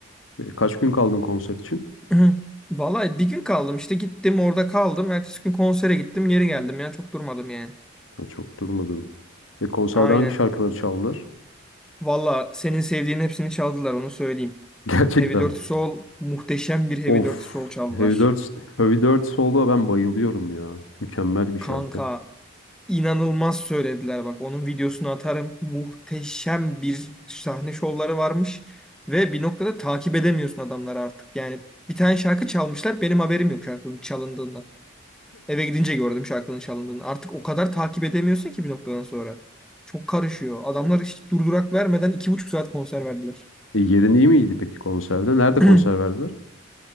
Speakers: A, on the left; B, in the centre.
A: E, kaç gün kaldın konser için?
B: <clears throat> Vallahi bir gün kaldım işte gittim orada kaldım. Ertesi gün konsere gittim geri geldim ya. Çok durmadım yani.
A: Ha, çok durmadın. E, konserde
B: Aynen.
A: hangi şarkıları çaldılar?
B: Valla senin sevdiğin hepsini çaldılar onu söyleyeyim.
A: <laughs> Gerçekten
B: Heavy Dirty
A: mi?
B: Soul muhteşem bir Heavy
A: Of.
B: Dirty Soul çaldılar.
A: Heavy Dirt, Heavy Dirt Solo ben bayılıyorum ya. Mükemmel bir şarkı.
B: Kanka İnanılmaz söylediler bak. Onun videosunu atarım. Muhteşem bir sahne şovları varmış. Ve bir noktada takip edemiyorsun adamları artık. Yani bir tane şarkı çalmışlar. Benim haberim yok şarkının çalındığından. Eve gidince gördüm şarkının çalındığını. Artık o kadar takip edemiyorsun ki bir noktadan sonra. Çok karışıyor. Adamlar hiç durdurak vermeden iki buçuk saat konser verdiler.
A: E, yerin iyi miydi peki konserde? Nerede
B: <clears throat>
A: konser verdiler?